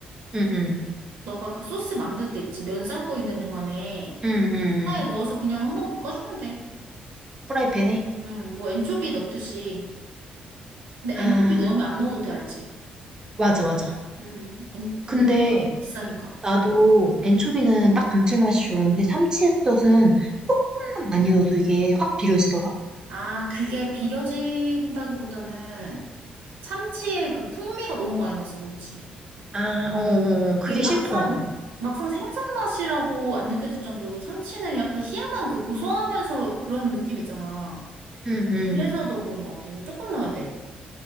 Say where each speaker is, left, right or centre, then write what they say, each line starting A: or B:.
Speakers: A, on the right (about 25°); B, on the right (about 80°).
A: 응, 응,
B: 너가 그 소스 만들 때 있지. 면 삶고 있는 동안에
A: 응, 응.
B: 파에 넣어서
A: 응.
B: 그냥 한번 볶아주면 돼.
A: 프라이팬에?
B: 음, 뭐 엔초비 넣듯이. 근데
A: 아,
B: 엔초비 넣으면 안 넣어도 돼, 알지?
A: 맞아, 맞아.
B: 음, 엔,
A: 근데
B: 엔초비가 비싸니까.
A: 나도 엔초비는 딱 감칠맛이 좋은데 참치액젓은 조금만 많이 넣어도 이게 확 비려지더라.
B: 아, 그게 비려진다기보다는 참치의 그 풍미가 너무 많이 나서 그렇지.
A: 아, 어, 어, 어. 그게
B: 이게 막상
A: 싫더라고.
B: 막상 생선 맛이라고 안 느껴질 정도로 참치는 약간 희한한 그 고소하면서 그런 느낌 있잖아.
A: 응, 응.
B: 그래서 더 그런 것 같아요. 조금 넣어야 돼.